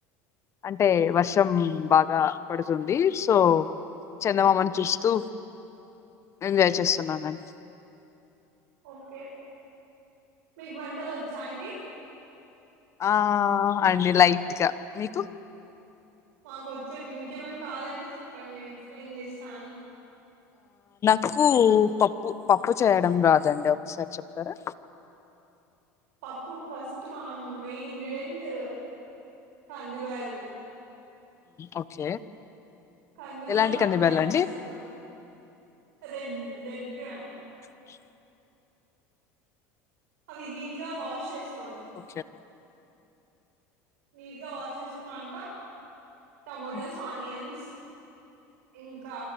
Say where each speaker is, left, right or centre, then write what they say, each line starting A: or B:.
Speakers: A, on the left; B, on the right.
A: అంటే వర్షం బాగా పడుతుంది సో చందమామని చూస్తూ ఎంజాయ్ చేస్తున్నానండి
B: ఓకే మీకు వంటలు వచ్చా అండి
A: ఆ ఆ ఆ అండి లైట్గా మీకు
B: మాకు వచ్చండి మీకేమన్నా కాదంటడి చెప్పండి నేను ఎక్స్ప్లెయిన్ చేస్తాను
A: పకు పప్పు పప్పు చేయడం రాదండి ఒకసారి చెప్తారా
B: పప్పు ఫస్ట్ మనం మెయిన్ ఇంగ్రీడియంయంట్ కందివాళ్లు
A: ఓకే
B: కందివాలు
A: ఎలాంటి
B: వన్
A: కందిబ్యాలండి
B: గ్లాస్ తీసుకోం రెడ్ రెడ్ గ్రామ్
A: <inaudible>
B: అవి నీట్గా వాష్ చేసుకు
A: ఓ
B: నీట్గా వాష్ చేసుకున్నాక టమోటోస్
A: ఓకే
B: ఆనియన్స్ ఇంకా